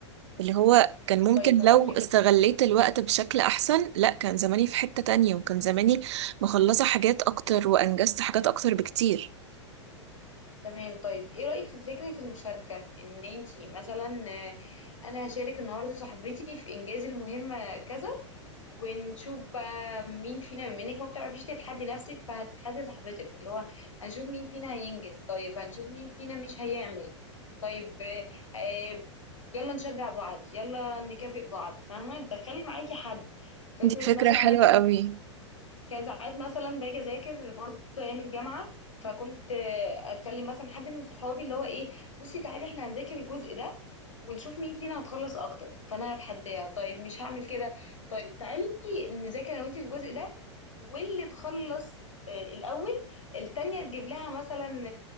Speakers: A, on the right (about 65°); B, on the left (about 90°).
A: اللي هو كان ممكن
B: طيب هقولك
A: لو استغليت الوقت بشكل احسن لا كان زماني في حته تانية وكان زماني مخلصه حاجات اكتر وانجزت حاجات اكتر بكتير
B: تمام طيب ايه رأيك في فكرة المشاركة ان انتي مثلا آه، انا هشارك النهاردة صاحبتي في انجاز المهمة كذا ونشوف بقى مين فينا بما انك ما بتعرفيش تتحدي نفسك فهتتحدي صاحبتك اللي هو هنشوف مين فينا هينجز طيب هنشوف مين فينا مش هيعمل طيب آه، آه، يلا نشجع بعض يلا نكافئ بعض فاهمة تدخلي معاكي حد فكرة
A: دي فكره
B: مثلا انا
A: حلوه
B: كان
A: قوي
B: كان ساعات مثلا باجي اذاكر برضه ايام الجامعه فكنت آه، اكلم مثلا حد من صحابي اللي هو ايه بصي تعالي احنا هنذاكر الجزء ده ونشوف مين فينا هتخلص اكتر فانا هتحداها طيب مش هعمل كده طيب تعالي نذاكر انا وانتي الجزء ده واللي تخلص آه، الاول التانية تجيب لها مثلا